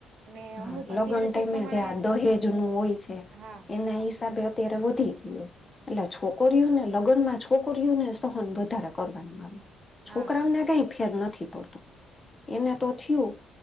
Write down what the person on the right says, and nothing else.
અને
અમુક
અત્યારે
પ્રમાણે
હા
હા
હા
એ તો છે
હા